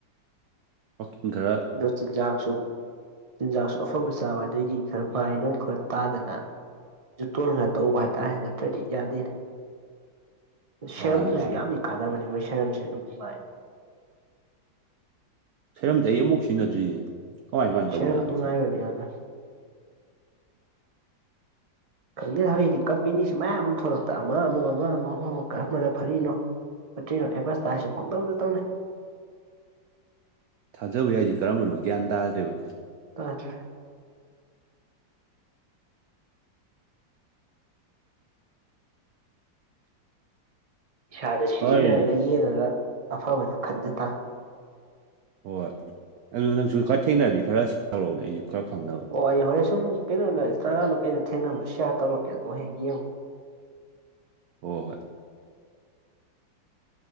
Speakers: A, on the right (about 70°); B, on the right (about 45°).
A: ꯋꯥꯀꯤꯡꯒꯔ
B: ꯑꯗꯣ ꯆꯤꯟꯖꯥꯛꯁꯨ ꯆꯤꯟꯖꯥꯛꯁꯨ ꯑꯐꯕ ꯆꯥꯕ ꯑꯗꯩꯗꯤ ꯈꯔ ꯄꯥꯏꯂꯅꯨꯡ ꯈꯔ ꯇꯥꯗꯅ ꯖꯨꯇꯣꯟ ꯈꯔ ꯇꯧꯕ ꯍꯥꯏꯇꯥꯔꯦ ꯅꯠꯇ꯭ꯔꯗꯤ ꯌꯥꯗꯦꯅꯦ ꯁꯦꯔꯝꯗꯨꯁꯨ
A: ꯃꯥꯅꯦ ꯃꯥꯅꯦ
B: ꯌꯥꯝꯅ ꯀꯥꯟꯅꯕꯅꯤ ꯃꯣꯏ ꯁꯦꯔꯝꯁꯦ ꯑꯗꯨꯝ ꯅꯨꯡꯉꯥꯏ
A: ꯁꯩꯔꯝꯗꯤ ꯑꯩ ꯑꯃꯨꯛ ꯁꯤꯟꯅꯗ꯭ꯔꯤꯁꯦ ꯀꯃꯥꯏ ꯀꯃꯥꯏꯅ
B: ꯁꯦꯔꯝ
A: ꯇꯧꯕꯖꯥꯠ
B: ꯅꯨꯡꯉꯥꯏꯕꯅꯤ
A: ꯈꯪ
B: ꯌꯥꯝꯅ ꯈꯪꯗꯦ ꯍꯧꯖꯤꯛꯗꯤ ꯀꯝꯄꯦꯅꯤꯁꯤ ꯃꯌꯥꯝ ꯑꯃ ꯊꯣꯛꯂꯛꯇ ꯑꯃ ꯑꯃꯨꯛ ꯑꯃ ꯑꯃꯨꯛ ꯑꯃꯃꯨꯛ ꯀꯔꯝꯕꯅ ꯐꯔꯤꯅꯣ ꯐꯠꯇꯔꯣ ꯑꯦꯕꯁ ꯇꯥꯏꯁꯨ ꯄꯪꯗꯧꯗ ꯇꯧꯅꯦ
A: ꯊꯥꯖꯕ ꯌꯥꯏꯗꯤ ꯀꯔꯝꯕꯅ ꯒ꯭ꯌꯥꯟ ꯇꯥꯗ꯭ꯔꯕ ꯑꯗꯨꯗꯤ
B: ꯇꯥꯗꯔꯦ ꯏꯁꯥꯗ ꯁꯤꯖꯤꯟꯅꯔꯒ
A: ꯍꯣꯏꯅꯦ
B: ꯌꯦꯡꯉꯒ ꯑꯐꯕꯗꯨ ꯈꯟꯖ ꯇꯥꯃꯤ
A: ꯍꯣꯏ ꯑꯗꯨ ꯅꯪꯁꯨ ꯈꯔ ꯊꯦꯡꯅꯔꯗꯤ ꯈꯔ ꯇꯧꯔꯛꯎꯅꯦ ꯑꯩꯁꯨ ꯈꯔ ꯈꯪꯅꯕ
B: ꯍ ꯑꯩ ꯍꯣꯔꯦꯟ ꯁꯨꯝ ꯀꯩꯅꯦꯗ ꯏꯟꯇꯥꯒ꯭ꯔꯥꯝꯗ ꯀꯩꯗ ꯊꯦꯡꯅꯕꯗꯣꯌꯥꯔ ꯇꯧꯛꯀꯦ ꯑꯗꯨꯍꯦꯛ ꯌꯦꯡꯉꯨ
A: ꯍꯣ ꯍꯣꯏ